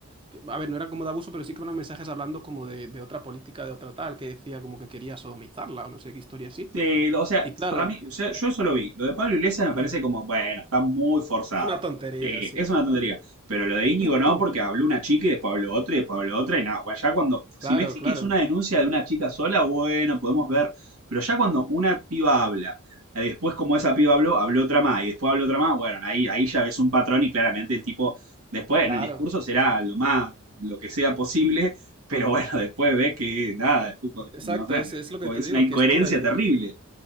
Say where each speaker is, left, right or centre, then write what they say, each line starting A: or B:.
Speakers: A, on the right; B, on the right.
A: que, a ver, no era como de abuso, pero sí que eran mensajes hablando como de, de otra política, de otra tal, que decía como que quería sodomizarla o no sé qué historia así.
B: Sí, lo- o sea,
A: Y claro,
B: para mí, o sea, yo eso lo vi. Lo de Pablo Iglesias
A: <clears throat>
B: me parece como,
A: es
B: bueno, está muy forzado.
A: una tontería,
B: Sí,
A: sí,
B: es
A: pero...
B: una tontería. Pero lo de Íñigo
A: <clears throat>
B: no, porque habló una chica y después habló otra y después habló otra y nada. Bueno, ya cuando, si
A: Claro,
B: me decís
A: claro,
B: que es una denuncia de una chica sola, bueno, podemos ver. Pero ya cuando una piba habla, eh, después como esa piba habló, habló otra más y después habló otra más, bueno, ahí, ahí ya ves un patrón y claramente el tipo, después
A: claro.
B: en el discurso será lo más, lo que sea posible pero bueno, <laughs> después ves que nada, después, cu-
A: Exacto,
B: no sé,
A: es, es lo que te
B: es
A: digo,
B: una incoherencia
A: que es pura,
B: terrible.